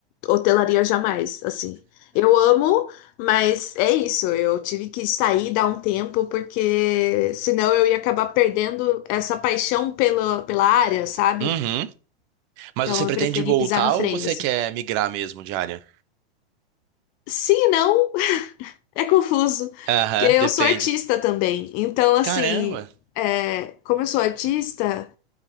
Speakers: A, on the left (about 25°); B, on the right (about 35°).
A: hotelaria jamais, assim. Eu amo, mas é isso, eu tive que sair, dar um tempo, porque senão eu ia acabar perdendo essa paixão pela, pela área, sabe?
B: Uhum. Mas
A: Então
B: você pretende
A: eu preferi
B: voltar
A: pisar no freio,
B: ou você
A: assim.
B: quer migrar mesmo de área?
A: Se não, <laughs> é confuso,
B: Aham,
A: porque eu
B: depende.
A: sou artista também. Então, assim,
B: Caramba.
A: é, como eu sou artista.